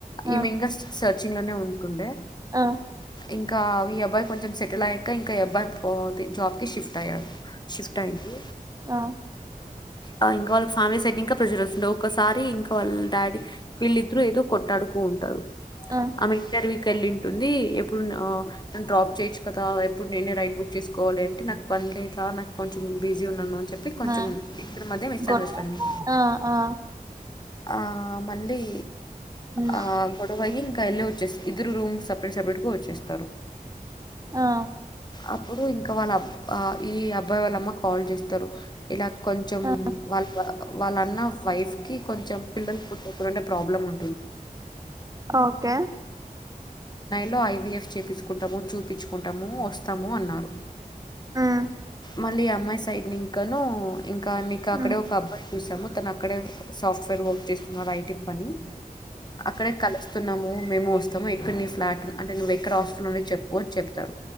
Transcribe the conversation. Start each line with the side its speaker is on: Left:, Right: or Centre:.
Right: ఆ
Left: ఈమె ఇంకా సర్చింగ్ లోనే ఉ ే
Right: ఆ ఆ
Left: ఇంకా ఈ అబ్బాయి కొంచెం సెటిల్ అయ్యాక ఇంకా ఎబ్బయి పో జాబ్కి షఫ్ట్ అయ్యాడు షిఫ్ట్ అయింది
Right: ఆ
Left: ఆ ఇంకా వాళ్ళకి ఫ్యామిలీ సైడ్ ఇంకా ప్రజలు వస్తుండే ఒకసారి మ ఇంకా వాళ్ళ డాడీ వీళ్ళిద్దరు ఏదో కొట్టాడుకు ఉంటారు
Right: ఆ
Left: ఆమె తళ్లింటుంది ఎప్పుడును డ్రాప్ చేయచ్చు కదా ఎప్పుడు నేనే రైడ్ బుక్ చేసుకోవాలి అంటే నాకు ప నాకు కొంచెం బిజీ ఉంది చెప్పి కొంచెం
Right: ఆ
Left: ఇప్పుడు మధ్య మిస్ాన్వస్డి
Right: గుడ్ ఆ ఆ
Left: ఆ మళ్ళీ
Right: మ్
Left: ఆ గొడవయ ఇంకా ల్లో వచ్చే ఇద్దరు రూమ్ సపరేట్ సపరేట్ వచ్చేస్తారు
Right: ఆ
Left: అప్పుడు ఇంకా వాళ్ళబ్ ఈ అబ్బాయి వాళ్ళమ్మ కాల్ చేస్త ఇలా కొంచెం
Right: ఆ
Left: వాళ్ళ వాళ్ళన్న వైఫ్ కి కొంచెం పిల్లలు పుట్ట ప్రోబ్లమ్ ఉ
Right: ఓకే
Left: లో ఐవఎఫ్ చేయిసుకుంటాము చూపించుకుంటాము వస్తాము అన్నారు
Right: మ్
Left: మళ్ళీ అమ్మాయి సైడ్ ఇంకాను ఇంకా నీక
Right: మ్
Left: అక్కడే ఒక అబ్బాయి చూసాము తన అక్కడే సాఫ్ట్వేర్ వర్క్ చేస్తున్నారు బైటి పనిి అక్కడే కలుస్తున్నాము మేము వస్తాము ఎక్కడ నీ ఫ్లాట్ అంటే నువ్వు ఎక్కడ హాస్టల్ నుండి చెప్పుకోవచ్చ చెప్తారు